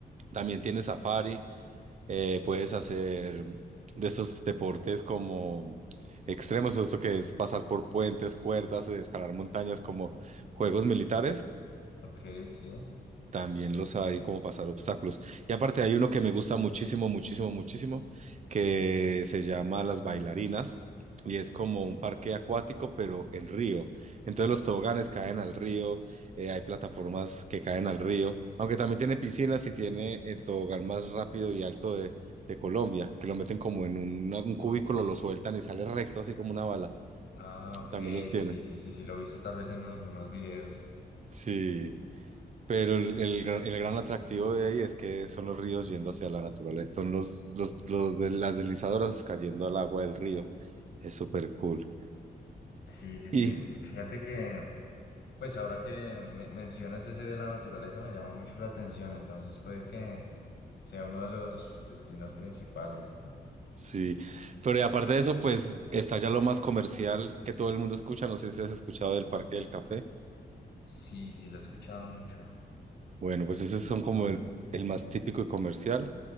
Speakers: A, on the right; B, on the left.
A: También tienes safari, eh, puedes hacer de esos deportes como extremos, esto que es pasar por puentes, cuerdas, eh, escalar montañas, como juegos militares,
B: Ok, sí.
A: También los hay como pasar obstáculos. Y aparte hay uno que me gusta muchísimo, muchísimo, muchísimo, que se llama Las Bailarinas y es como un parque acuático, pero en río. Entonces los toboganes caen al río, eh, hay plataformas que caen al río, aunque también tiene piscinas y tiene el tobogán más rápido y alto de, de Colombia, que lo meten como en un, un cubículo, lo sueltan y sale recto, así como una bala.
B: Ah, ok,
A: También los tiene.
B: sí, sí, sí, lo viste tal vez en algunos videos.
A: Sí. Pero el, el gran, el gran atractivo de ahí es que son los ríos yendo hacia la naturaleza, son los, los, los de las deslizadoras cayendo al agua del río. Es súper cool.
B: Sí, sí, sí.
A: Y
B: Fíjate que, pues ahora que me- mencionas ese de la naturaleza me llama mucho la atención, entonces puede que sea uno de los destinos principales.
A: sí, pero y aparte de eso, pues está ya lo más comercial que todo el mundo escucha. No sé si has escuchado del Parque del Café.
B: Sí, sí, lo he escuchado mucho.
A: Bueno, pues esos son como el, el más típico y comercial.